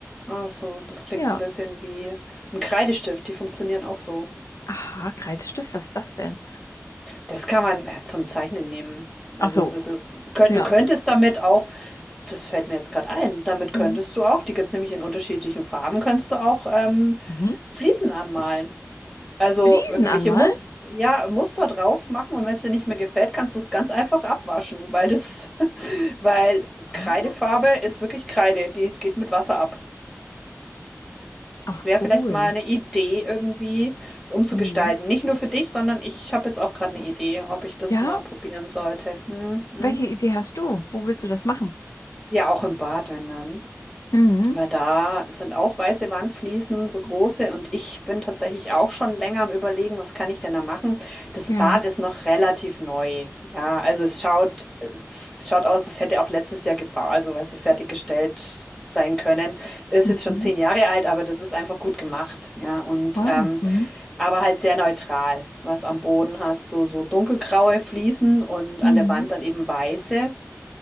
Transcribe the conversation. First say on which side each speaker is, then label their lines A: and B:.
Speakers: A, in the centre; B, on the left (about 70°).
A: Ach so, das klingt
B: Ja.
A: ein bisschen wie ein Kreidestift, die funktionieren auch so.
B: Aha, Kreidestift, was ist das denn?
A: Das kann man äh, zum Zeichnen nehmen. Also
B: Ach so,
A: es ist es, könnt,
B: ja.
A: du könntest damit auch, das fällt mir jetzt gerade ein, damit
B: Hm.
A: könntest du auch, die gibt es nämlich in unterschiedlichen Farben, könntest du auch ähm,
B: Mhm.
A: Fliesen anmalen. Also
B: Fliesen
A: irgendwelche
B: anmalen?
A: Mus ja, Muster drauf machen und wenn es dir nicht mehr gefällt, kannst du es ganz einfach abwaschen, weil das, <laughs> weil
B: Ah,
A: Kreidefarbe ist wirklich Kreide, die es geht mit Wasser ab.
B: ach,
A: Wäre vielleicht
B: cool.
A: mal eine Idee irgendwie, es umzugestalten.
B: Hm.
A: Nicht nur für dich, sondern ich habe jetzt auch gerade eine Idee, ob ich das
B: Ja,
A: mal probieren sollte. Mhm, mhm.
B: welche Idee hast du? Wo willst du das machen?
A: Ja, auch im Bad, wenn dann.
B: Mhm.
A: Weil da sind auch weiße Wandfliesen, so große, und ich bin tatsächlich auch schon länger am Überlegen, was kann ich denn da machen? Das
B: Ja.
A: Bad ist noch relativ neu. Ja, also es schaut, es schaut aus, es hätte auch letztes Jahr gebaut, also weißt du, fertiggestellt sein können. Ist
B: Mhm.
A: jetzt schon zehn Jahre alt, aber das ist einfach gut gemacht. Ja, und
B: Wow.
A: ähm,
B: Mhm.
A: aber halt sehr neutral. Du hast am Boden hast du so dunkelgraue Fliesen und
B: Mhm.
A: an der Wand dann eben weiße.